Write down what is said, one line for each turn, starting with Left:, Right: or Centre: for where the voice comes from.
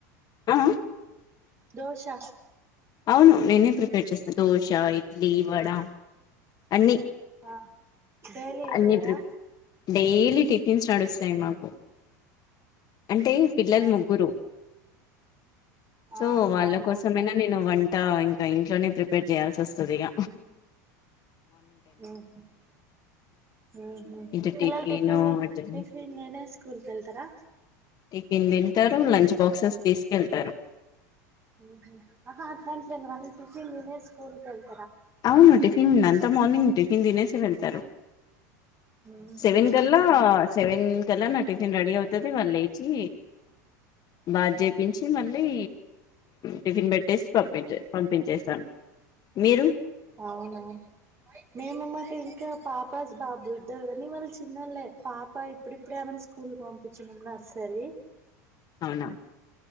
Left: ఆ ఆ
Right: దోష
Left: అవును నేనే ప్రిపేర్ చేస్తాను దోశ ఇడ్లీ వడ అన్ని
Right: ఆ డైలీ చేస్తరా
Left: అన్నిప్పు డెలీ కిస్ నడుస్తాయి మాకు అంటే పిల్లలు
Right: ఆ
Left: ముగ్గురు సో
Right: ఆహా
Left: వాళ్ళ
Right: అవునా
Left: కోసమైనా నేను వంట ఆ ఇంకా ఇంట్లోనే ప్రిపేర్ చేయాల్సి వస్తుంది ఇక
Right: ఉహు ఉహు
Left: ఇటు
Right: పిల్లలు టిఫిన్
Left: అటు
Right: టిఫిన్తినే స్కూల్ కు వెళ్తారా
Left: టిఫిన్ తింటారు లంచ్ బాక్స్ తీసుకెళ్తారు
Right: ఉహు ఆహా అట్లా అంటలేను టిఫిన్ తినే స్కూల్ కు వెళ్
Left: అవును టిఫిన్ అల్ మార్నింగ్ టిఫిన్ తినేసి వెళ్తారు
Right: ఉహు
Left: సవెన్ గలాసెవెన్ ఇకల్లా నా టిఫిన్ రెడీ అవుతుంది వాళ్ళు ఇచి బాధ చేయిచి మళ్ళీ టిఫిన్ పెట్టేసి పంపించే పంపించేస్తాను మీరు
Right: అవునా మేము మాకు ఇంకా పాప బాబు ఇద్దారు కానీ వాళ్ళు చిన్నోలే పాప ఇప్పుడిప్పుడే <unintelligible> స్కూల్కి పంపించన్నాము నర్సరీ
Left: అవునా